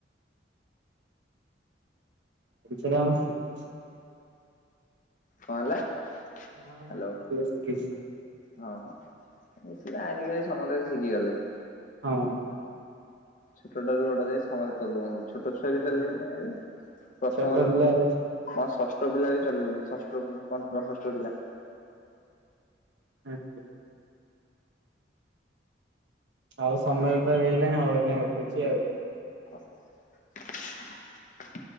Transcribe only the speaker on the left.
କଣ ହେଲା?
ହ୍ୟାଲୋ
ହଁ, ହଁ, ସେ ଆଜିିକାଲି ସମସ୍ତେ ଶିଖି ଗଲେ।
ଛୋଟ ଟାରୁ ବଡ଼ ଯାଏ, ସମତେ ଚଲଉଅନ୍ତି। ଛୋଟ ଛୁଆ ବି ଚଲେଇଲେ
ଣି ଏବେ, ପ୍ରଥମରେ
ମ
ଷଷ୍ଠ ପିଲା ବି ଚଲେଇଲେ। ଷଷ୍ଠ କୁ ପଞ୍ଚମ ଷଷ୍ଠ ପିଲା।
<inaudible>